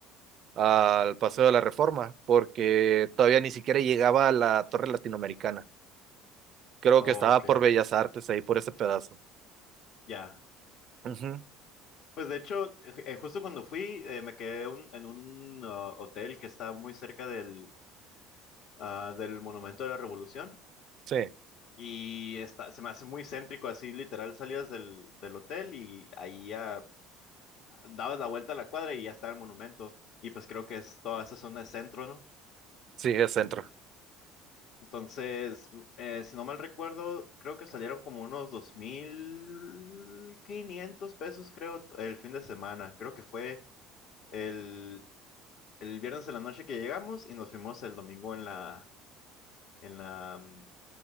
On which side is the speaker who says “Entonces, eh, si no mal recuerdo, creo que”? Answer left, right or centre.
Left